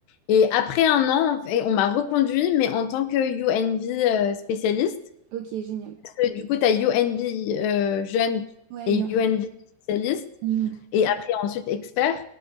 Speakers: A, on the left; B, on the right.
A: Et après un an, en fait, on m'a reconduit, mais en tant que UNV euh, spécialiste.
B: Ok, génial.
A: euh, du coup, tu as UNB euh, jeune
B: Ouais,
A: et
B: il y en-
A: UNB spécialiste,
B: Mhm,
A: et après ensuite expert.